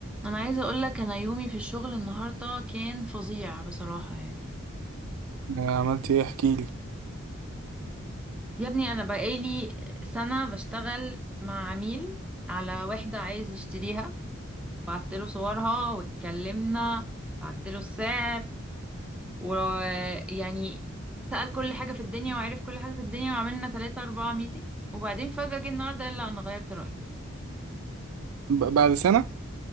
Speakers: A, in the centre; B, on the right.
A: انا عايزه اقول لك انا يومي في الشغل النهارده كان فظيع بصراحه يعني
B: عملت ايه احكي لي
A: يا ابني انا بقالي سنه بشتغل مع عميل على وحده عايز يشتريها بعت له صورها واتكلمنا بعت له السعر ويعني سأل كل حاجه في الدنيا وعرف كل حاجه في الدنيا وعملنا 3 4 ميتنج وبعدين فجأة جه النهارده قال لا انا غيرت رأيي
B: ب- بعد سنة